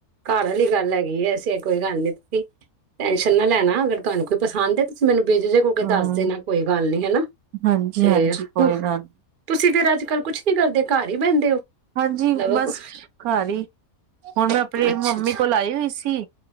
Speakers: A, on the right (about 40°); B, on the right (about 80°).
A: ਘਰ ਵਾਲੀ ਗੱਲ ਹੈਗੀ ਐਸੀ ਕੋਈ ਗੱਲ ਨੀ ਤੁਸੀਂ ਟੈਸ਼ਨ ਨਾ ਲੈਣਾ ਅਗਰ ਤੁਹਾਨੂੰ ਕੋਈ ਪਸੰਦ ਹੈ ਤੁਸੀਂ ਮੈਨੂੰ ਜੇ ਕੋਲ ਕੇ
B: ਹੂੰ
A: ਦੱਸ ਦੇਣਾ ਕੋਈ ਗੱਲ ਨੀ ਹਨਾ
B: ਹਾਂਜੀ
A: ਤੇ
B: ਹਾਂਜੀ
A: ਹੋ
B: ਕੋਈ ਗੱਲ
A: ਤੁਸੀਂ ਫਿਰ ਅਜ ਅੱਜ ਕੱਲ ਕੁਛ ਨੀ ਕਰਦੇ ਘਰ ਹੀ ਬਹਿੰਦੇ ਹੋ
B: ਹਾਂਜੀ
A: ਮਤਲਬ
B: ਬਸ ਘਰ ਹੀ ਹੁਣ ਆਪਣੇ
A: ਅੱਛਾ-ਅੱਛਾ
B: ਮੰਮੀ ਕੋਲ ਆਈ ਹੋਈ ਸੀ